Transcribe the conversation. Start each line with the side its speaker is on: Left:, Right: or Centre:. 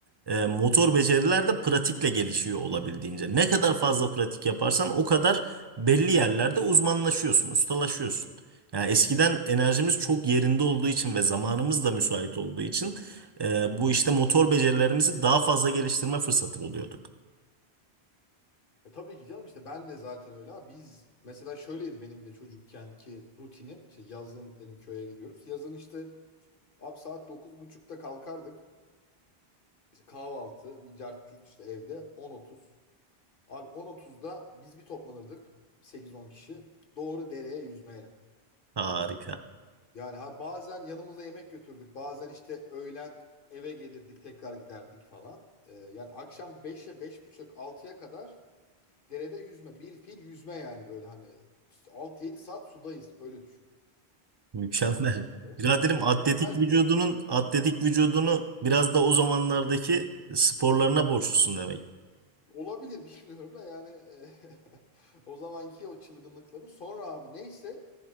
Right: e, motor beceriler de pratikle gelişiyor olabildiğince. Ne kadar fazla pratik yaparsan o kadar belli yerlerde uzmanlaşıyorsun, ustalaşıyorsun. Yani eskiden enerjimiz çok yerinde olduğu için ve zamanımız da müsait olduğu için e, bu işte motor becerilerimizi daha fazla geliştirme fırsatı buluyorduk.
Left: E tabii ki canım işte ben de zaten öyle. abi. Biz mesela şöyleydi benim de çocukken ki rutinim. İşte yazın dedim köye gidiyoruz. Yazın işte abi saat dokuz buçukta kalkardık. İşte kahvaltı, bir cart curt işte evde on otuz Abi 10.30'da biz bir toplanırdık sekiz on kişi. Doğru dereye yüzmeye.
Right: Harika.
Left: Yani ha bazen yanımıza yemek götürdük. Bazen işte öğlen eve gelirdik, tekrar giderdik falan. Ee, yani akşam beşe, beş buçuk altıya kadar derede yüzme. Bir fil yüzme yani böyle hani 6 yedi saat sudayız öyle düşün.
Right: Mükemmel.
Left: Ondan dolayı.
Right: Biraderim
Left: yani mükemmel
Right: atletik vücudunun
Left: bir
Right: atletik vücudunu biraz da o zamanlardaki sporlarına borçlusun demek.
Left: olabilir <laughs> bilmiyorum da yani e, <laughs> o zamanki o çılgınlıkların sonra abi neyse